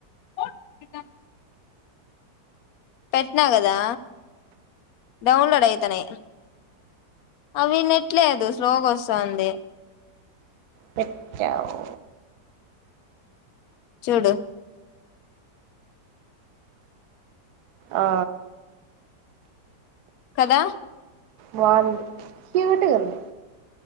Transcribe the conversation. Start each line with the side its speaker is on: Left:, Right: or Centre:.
Left: <unintelligible> పెట్ట్నా కదా డౌన్లోడ్ అయితానయ్ అవి నెట్ లేదు స్లోగా వసాంది
Right: పెట్టావ్
Left: చూడు
Right: ఆ
Left: కదా
Right: బాగుంది క్యూట్‌గుంది